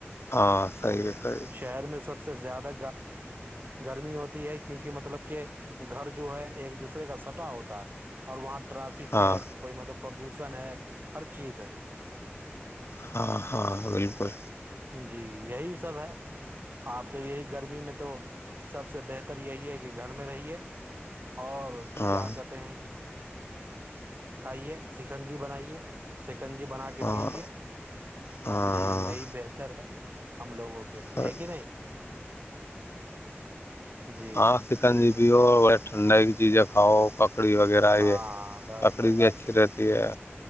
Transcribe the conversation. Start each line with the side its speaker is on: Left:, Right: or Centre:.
Left: ہاں صی ہے صحیح ہے
Right: شہر میں سب سے زیادہ گرمی ہوتی ہے کیونکہ مطلب کہ گھر جو ہے ایک دوسرے کا سٹا ہوتا ہے اور وہاں ٹرافک
Left: ہاں
Right: ہے پردوشن ہے ہر چیز ہے
Left: ہاں ہاں بالکل
Right: جی یہی سب ہے آپ تو یہی گرمی میں تو سب سے بہتر یہی ہے کہ گھر میں رہیے اور
Left: ہاں
Right: کیا کہتے ہیں کہ کائیے س سکنجی بنائیے سکنجی بنا کے
Left: ہاں
Right: پیجے
Left: ہاں
Right: جی
Left: ہاں
Right: یہی بہتر ہے ہم لوگوں کے لیے
Left: صحیح
Right: ہے کہ نہیں جی
Left: ہاں چکن جی بھی اور بڑا ٹھنڈا ہے جی جے کاؤ پ لکڑی وغیرہ
Right: ہاں
Left: ہے
Right: ہاں بس
Left: لکڑی
Right: بس
Left: بھی اچھی رہتی ہے